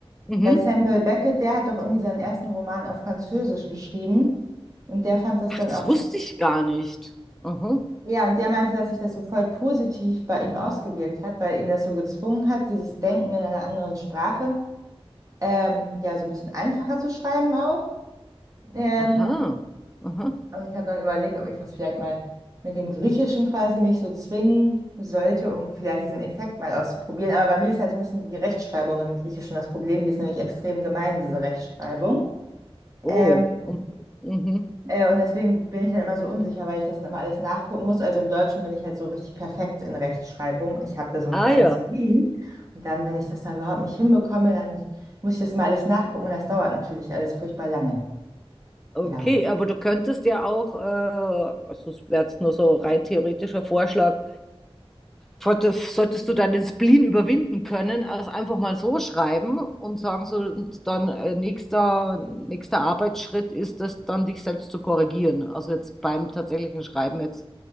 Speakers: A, in the centre; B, on the right (about 35°).
A: Mhm.
B: Weil Samuel Beckett, der hat doch irgendwie seinen ersten Roman auf Französisch geschrieben und der fand das
A: Ach,
B: dann
A: das
B: auch,
A: wusste ich gar nicht. Aha.
B: ja, und der meinte, dass sich das so voll positiv bei ihm ausgewirkt hat, weil ihn das so gezwungen hat, dieses Denken in einer anderen Sprache, ähm, ja, so ein bisschen einfacher zu schreiben auch. Ähm,
A: Aha. Aha.
B: Und ich habe dann überlegt, ob ich das vielleicht mal mit dem Griechischen quasi mich so zwingen sollte, um vielleicht diesen Effekt mal auszuprobieren. Aber bei mir ist halt so ein bisschen die Rechtschreibung im Griechischen das Problem. Die ist nämlich extrem gemein, diese Rechtschreibung.
A: Oh.
B: Ähm,
A: Mhm. Mhm.
B: äh, und deswegen bin ich dann immer so unsicher, weil ich das dann immer alles nachgucken muss. Also im Deutschen bin ich halt so richtig perfekt in Rechtschreibung. Ich habe da so ein
A: Ah
B: kleines
A: ja.
B: Spleen. Und dann, wenn ich das dann überhaupt nicht hinbekomme, dann muss ich das mal alles nachgucken. Und das dauert natürlich alles furchtbar lange.
A: Okay,
B: Ja.
A: aber du könntest ja auch, äh, also es wäre jetzt nur so rein theoretischer Vorschlag, sollte- solltest du dann den Spleen überwinden können, also einfach mal so schreiben und sagen so, und dann äh, nächster, nächster Arbeitsschritt ist es dann, dich selbst zu korrigieren. Also jetzt beim tatsächlichen Schreiben jetzt